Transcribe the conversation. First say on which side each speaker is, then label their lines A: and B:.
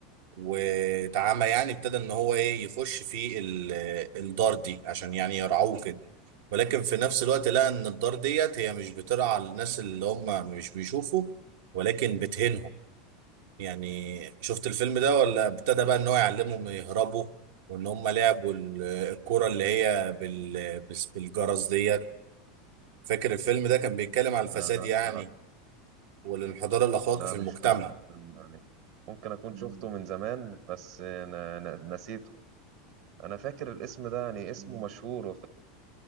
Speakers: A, on the right; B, on the right.
A: واتعمى يعني ابتدى ان هو ايه يخش في ال- الدار دي عشان يعني يرعوه كده ولكن في نفس الوقت لقى ان الدار ديت هي مش بترعى الناس اللي هم مش بيشوفوا ولكن بتهينهم يعني شفت الفيلم ده ولا ابتدى بقى ان هو يعلمهم يهربوا وان هم لعبوا ال- الكرة اللي هي بال- بس- بالجرس ديت فاكر الفيلم ده كان بيتكلم على الفساد
B: انا لا
A: يعني
B: الصراحه
A: والانحدار الاخلاقي
B: لا
A: في المجتمع
B: مش فاكر يعني ممكن اكون شفته من زمان بس أنا أنا نسيته انا فاكر الاسم ده يعني اسمه مشهور